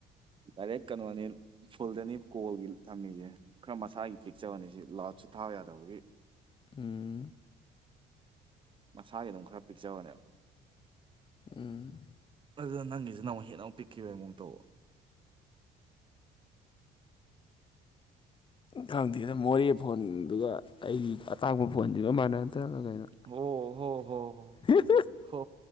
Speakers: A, on the right (about 30°); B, on the left (about 30°).
A: ꯗꯥꯢꯔꯦꯛ ꯀꯩꯅꯣꯅꯤ ꯐꯨꯜꯗꯅꯤ ꯀꯣꯜꯒꯤ ꯊꯝꯃꯤꯁꯦ ꯈꯔ ꯃꯁꯥꯒꯤ ꯄꯤꯛꯆꯕꯅꯤ ꯁꯤ ꯂꯥꯎꯠꯁꯨ ꯊꯥ ꯌꯥꯗꯕꯒꯤ
B: ꯎꯝ
A: ꯃꯁꯥꯒꯤ ꯑꯗꯨꯝ ꯈꯔ ꯄꯤꯛꯆꯕꯅꯦ
B: ꯎꯝ
A: ꯑꯗꯨꯗ ꯅꯪꯒꯤꯁꯨ ꯅꯃꯨꯛ ꯍꯦꯟꯅ ꯑꯃꯨꯛ ꯄꯤꯛꯈꯤꯕꯒꯤ ꯑꯃꯨꯛ ꯇꯧꯕ
B: ꯈꯪꯗꯦꯅꯦ ꯃꯣꯔꯦ ꯐꯣꯟꯗꯨꯒ ꯑꯩꯒꯤ ꯑꯇꯥꯡꯕ ꯐꯣꯟꯁꯤꯒ ꯃꯥꯟꯅꯗꯦ ꯀꯩꯅꯣ
A: ꯍꯣ ꯍꯣ ꯍꯣ ꯍꯣ
B: <unintelligible>
A: ꯍꯣ